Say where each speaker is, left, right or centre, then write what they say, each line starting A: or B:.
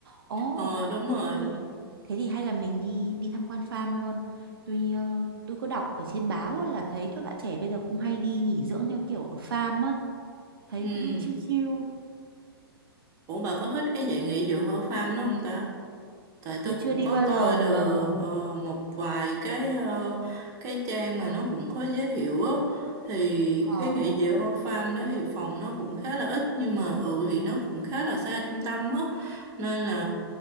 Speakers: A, on the right (about 65°); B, on the right (about 25°).
A: Ồ,
B: ờ đúng rồi
A: thế thì thế thì hay là mình đi đi tham quan farm luôn. Tuy ờ, tôi có đọc ở trên báo là thấy các bạn trẻ bây giờ cũng hay đi nghỉ dưỡng theo kiểu ở farm á, thấy
B: ừ
A: cũng chill chill.
B: Ủa bà có thích cái dạng nghỉ dưỡng ở farm đó không ta? Tại tôi
A: Tôi
B: cũng
A: chưa đi
B: có
A: bao
B: coi
A: giờ
B: được
A: mà.
B: ờ, một vài cái ờ, cái trang mà nó cũng có giới thiệu á thì
A: Ờ,
B: cái nghỉ dưỡng ở farm đó thì phòng nó cũng khá là ít nhưng mà ừ thì nó cũng khá là xa trung tâm á nên là